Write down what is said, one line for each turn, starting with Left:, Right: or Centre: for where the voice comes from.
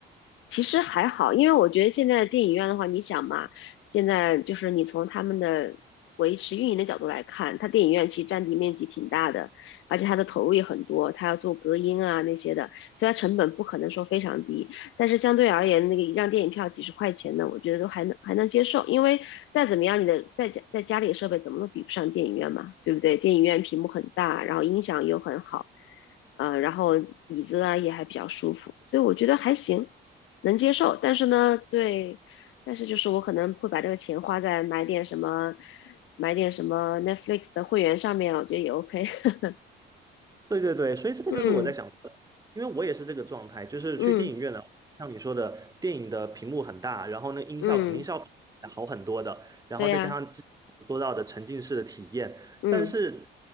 Left: 其实还好，因为我觉得现在的电影院的话，你想嘛，现在就是你从他们的维持运营的角度来看，它电影院其实占地面积挺大的，而且它的投入也很多，它要做隔音啊那些的，所以它成本不可能说非常低。但是相对而言，那个一张电影票几十块钱呢，我觉得都还能还能接受，因为再怎么样，你的在家在家里的设备怎么都比不上电影院嘛，对不对？电影院屏幕很大，然后音响又很好，呃，然后椅子啊也还比较舒服，所以我觉得还行。能接受，但是呢，对，但是就是我可能会把这个钱花在买点什么，买点什么 Netflix 的会员上面，我觉得也 OK。<laughs>
Right: 对对对，所以这个就是我在想的，
Left: 嗯
Right: 因为我也是这个状态，就是去电影院了，
Left: 嗯
Right: 像你说的，电影的屏幕很大，然后那音效肯定是要好很多的，
Left: 嗯，
Right: 然后再加上之前我说到的沉浸式的体验，
Left: 对呀、嗯
Right: 但是